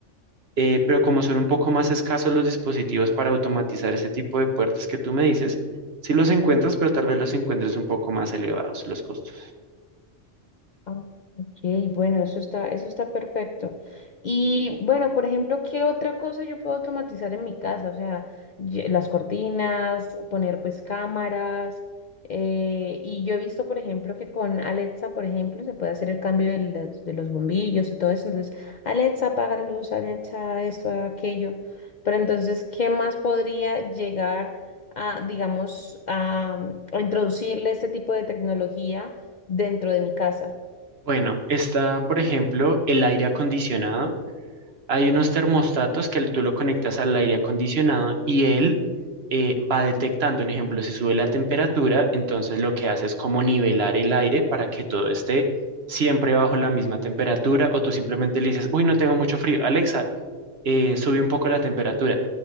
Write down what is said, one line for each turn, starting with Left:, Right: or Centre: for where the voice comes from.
Right: Eh, pero como son un poco más escasos los dispositivos para automatizar ese tipo de puertas que tú me dices, sí los encuentras, pero tal vez los encuentres un poco más elevados los costos.
Left: Ah, Ok, bueno, eso está, eso está perfecto. Y bueno, por ejemplo, ¿qué otra cosa yo puedo automatizar en mi casa? O sea, ye- las cortinas, poner pues cámaras. eh, y yo he visto, por ejemplo, que con Alexa, por ejemplo, se puede hacer el cambio de los, de los bombillos y todo eso. Entonces, Alexa, apaga la luz, Alexa, esto, aquello. Pero entonces, ¿qué más podría llegar a, digamos, a a introducirle este tipo de tecnología dentro de mi casa?
Right: Bueno, está, por ejemplo, el aire acondicionado. Hay unos termostatos que tú lo conectas al aire acondicionado y él eh, va detectando, un ejemplo, si sube la temperatura, entonces lo que hace es como nivelar el aire para que todo esté siempre bajo la misma temperatura o tú simplemente le dices, uy, no tengo mucho frío, Alexa, eh, sube un poco la temperatura